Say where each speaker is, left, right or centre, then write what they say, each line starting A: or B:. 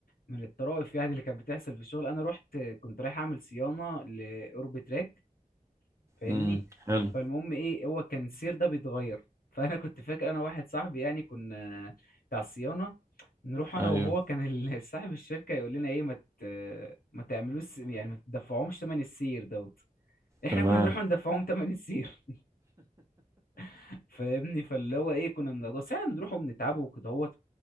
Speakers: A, on the left; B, on the right.
A: من الطرائف يعني اللي كانت بتحصل في الشغل انا رحت كنت رايح اعمل صيانة لأوربتراك فاهمني
B: امم حلو
A: فالمهم ايه هو كان السير ده بيتغير <laughs> فانا كنت فاكر انا واحد صاحبي يعني كنا بتاع الصيانه نروح انا
B: ايوه
A: وهو كان ال- <laughs> صاحب الشركه يقول لنا ايه ما ت... ما تعملوش يعني ما تدفعهمش ثمن السير دوت <laughs> احنا
B: تمام
A: كنا نروح ندفعهم ثمن السير <laughs> فاهمني فاللي هو ايه كنا بنقضي بس احنا بنروح وبنتعبه وكده